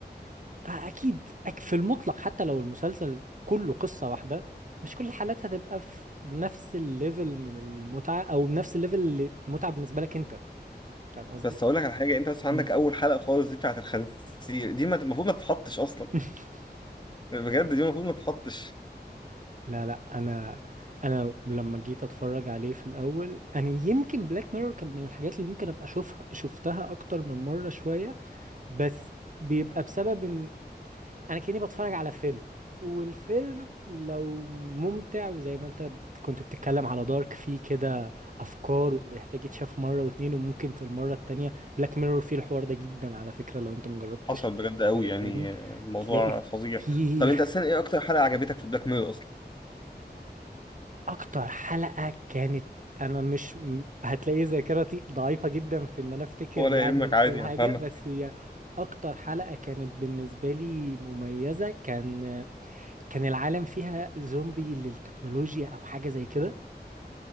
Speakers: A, on the right; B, on the left.
A: آه، اكيد أك- في المطلق حتى لو المسلسل كله قصة واحدة مش كل الحالات هتبقى في نفس الليفل من المتعة او نفس الليفل اللي متعة بالنسبة لك انت فاهم قصدي؟
B: بس اقول لك على حاجه انت بس عندك
A: مم.
B: اول حلقه خالص دي بتاعت الخنزير دي ما- المفروض ما تتحطش اصلا
A: <laughs>
B: بجد دي المفروض ما تتحطش
A: لا لا انا انا لما جيت اتفرج عليه في الاول انا يمكن بلاك ميرور كان من الحاجات اللي ممكن ابقى اشوفها شفتها اكتر من مره شويه بس بيبقى بسبب ان انا كاني بتفرج على فيلم والفيلم لو ممتع وزي ما انت بت- كنت بتتكلم على دارك فيه كده افكار ويحتاج يتشاف مره واتنين وممكن في المره التانية بلاك ميرور فيه الحوار ده جدا على فكره لو انت مجربتش
B: حصل
A: تتفرج
B: بجد قوي يعني
A: تاني
B: الموضوع
A: تلاقي
B: فظيع
A: فيه
B: طب انت
A: <laughs>
B: اساسا ايه اكتر حلقة عجبتك في بلاك ميرور اصلا
A: اكتر حلقة كانت انا مش م- هتلاقي ذاكرتي ضعيفة جدا في ان انا افتكر
B: ولا
A: يعني
B: يهمك عادي
A: إيه الحاجة
B: هفهمك
A: بس هي اكتر حلقة كانت بالنسبة لي مميزة كان كان العالم فيها زومبي للتكنولوجيا او حاجة زي كده